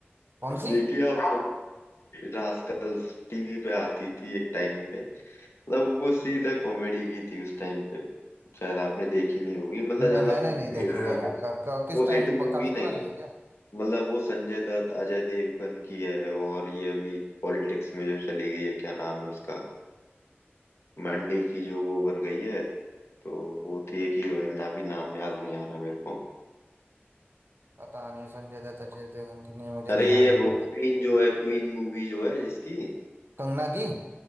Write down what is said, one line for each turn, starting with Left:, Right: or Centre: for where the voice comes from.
Right: कौन सी
Left: देखिए आप रास्कल्स टीवी पे आती थी एक टाइम पे मतलब वो सीधा कॉमेडी की थी उस टाइम पे शायद आपने देखी नहीं होगी मतलब
Right: नहीं
Left: ज्यादा
Right: मैंने नहीं देखी
Left: हिट
Right: है
Left: मूवी
Right: वो का, का, किस
Left: वो
Right: टाइम
Left: हिट मूवी
Right: काफी
Left: नहीं
Right: पुरानी
Left: है
Right: है क्या
Left: मतलब वो संजय दत्त अजय देवगन की है और ये अभी पॉलिटिक्स में जो चली गई है क्या नाम है उसका मंडी की जो वो बन गई है तो वो थी एक हीरोइन ना भी नाम याद नहीं आ रहा मेरे को
Right: पता नहीं संजय दत्त अजय देवगन की नहीं मुझे
Left: अरे
Right: ध्यान
Left: ये
Right: नहीं
Left: वो
Right: आ रही।
Left: क्वीन जो है क्वीन मूवी जो है जिसकी
Right: कंगना की